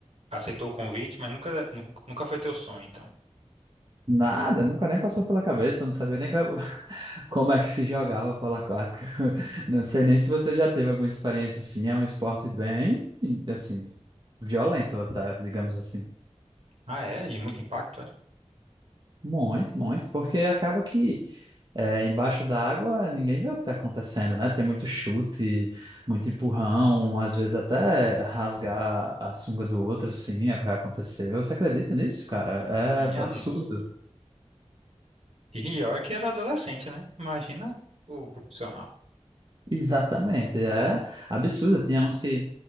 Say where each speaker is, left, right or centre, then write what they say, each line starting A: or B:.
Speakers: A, on the right; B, on the right.
A: aceitou o convite, mas nunca, nunca foi teu sonho, então.
B: Nada, nunca nem passou pela cabeça, não sabia nem que- <laughs> como é que se jogava polo aquático. <laughs> Não sei nem se você já teve alguma experiência assim, é um esporte bem, assim, violento, tá? Digamos assim.
A: Ah, é? De muito impacto, é?
B: Muito, muito, porque acaba que é, embaixo da água ninguém vê o que está acontecendo, né? Tem muito chute, muito empurrão, às vezes até rasgar a sunga do outro, assim, é o que aconteceu. Você acredita nisso, cara? É
A: Minha
B: absurdo.
A: nossa. E pior que era adolescente, né? Imagina o profissional.
B: Exatamente, é absurdo. Tinha uns que